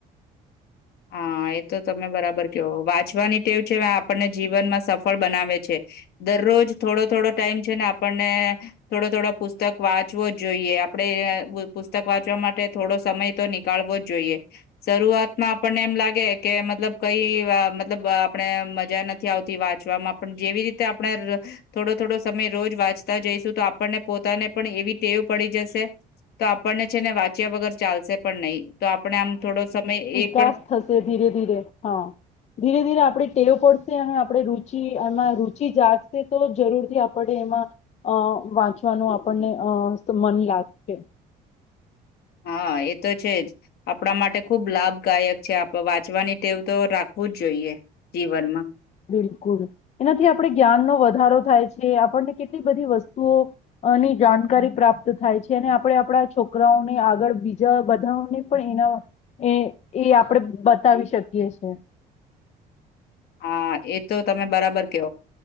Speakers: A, on the left; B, on the left.
A: હા એ તો તમે બરાબર કેવો વાંચવાની ટેવ છે આપણને જીવનમાં સફળ બનાવે છે દરરોજ થોડો થોડો ટાઈમ છે ને આપણને થોડો થોડો પુસ્તક વાંચવો જ જોઈએ આપડણે પુસ્તક વાંચવા માટે થોડો સમય તો નીકળવો જ જોઈએ શરૂઆતમાં આપણને એમ લાગે કે મતલબ કઈ મતલબ આપણે મજા નથી આવતી વાંચવામાંમાં પણ જેવી રીતે આપણે થોડો થોડો સમય રોજ વાંચતા જઈશું તો આપણને પોતાને પણ એવી ટેવ પડી જશે તો આપણને છે ને વાંચ્યા વગર ચાલશે પણ નહી તો આપણે આમ થોડો સમય એક
B: <unintelligible> થસે ધીરે ધીરે હા ધીરે ધીરે આપડી ટેવ પડશે હા. પડે રુચિ એમાં રુચિ જાગશે તો જરૂરથી આપડે એમાં અ વાંચવાનું આપણને અ મન લાગશે.
A: હા એ તો છે જ આપડા માટે ખુબ લાભદાયક છે આપ વાંચવાની ટેવ તો રાખવું જ જોઈએ જીવનમાં.
B: બિલકુલ અને થી આપડે જ્ઞાન નો વધારો થાય છે. જે આપણને કેટલી બધી વસ્તુઓની જાણકારી પ્રાપ્ત થાય છે અને આપડે આપડા છોકરાઓને આગળ બીજા બધાઓને પણ એના એ એ આપડે બતાવી શકીએ છે.
A: હા એ તો તમે બરાબર કેવો